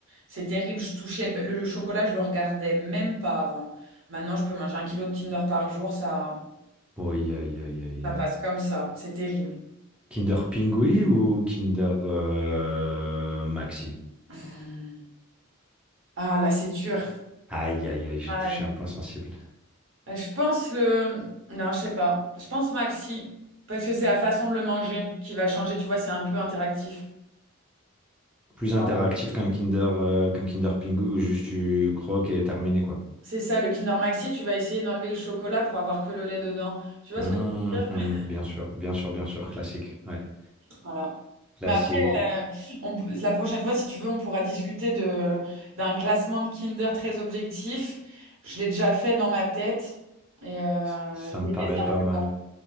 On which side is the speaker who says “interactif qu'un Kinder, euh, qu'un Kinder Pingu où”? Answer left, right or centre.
Centre